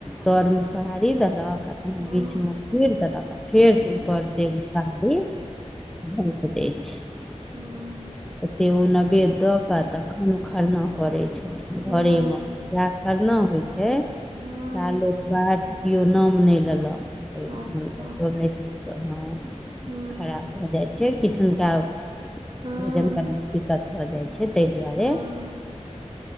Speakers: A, in the centre; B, on the right (about 50°).
A: तरमे सोहारी देलक आ त
B: हँ
A: बीच मे खीर देलक आ फेर स ऊपर से सारी झैंप दै छै
B: हुं-
A: ओते ओ नैवेद्य दऽ कऽ तखन ओ खरना करै छै।
B: हूँ
A: घरेम, जा खरना होइ छै,
B: हूँ
A: ता लोक पाठ केओ नाम नइ लेलक <unintelligible>
B: अच्छा
A: पवनैतिन सब हं
B: हूँ
A: खराप भऽ जाइ छै किछ हुनका भोजन
B: हूँ
A: करयमे दिक्कत भऽ जाइत छै तय दुआरे।
B: हूँ